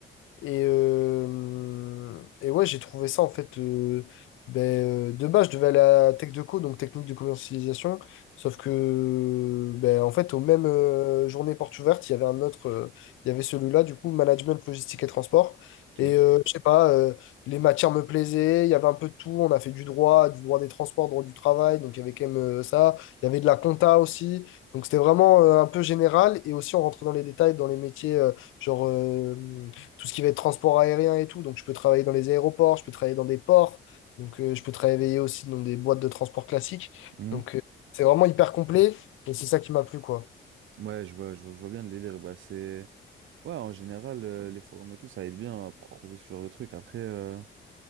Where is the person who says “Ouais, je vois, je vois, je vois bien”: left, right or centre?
Right